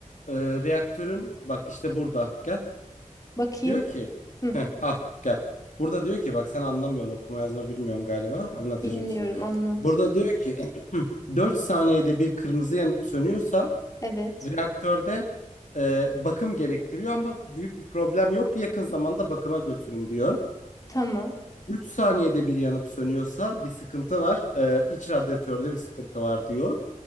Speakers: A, on the left (about 65°); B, on the left (about 25°).
A: Ee, reaktörün bak işte burada. Gel.
B: Bakayım.
A: Diyor ki
B: Hı,
A: heh, al gel. Burada diyor ki bak sen anlamıyorsun okuma yazma bilmiyorsun galiba. Anlatacağım
B: bilmiyorum
A: sana.
B: anlat.
A: Burada diyor ki <clears throat> 4 saniyede bir kırmızı yanıp sönüyorsa
B: Evet.
A: reaktörde e, bakım gerektiriyor ama büyük bir problem yok. Yakın zamanda bakıma götürün diyor.
B: Tamam.
A: 3 saniyede bir yanıp sönüyorsa bir sıkıntı var. Ee, iç radyatörde bir sıkıntı var diyor.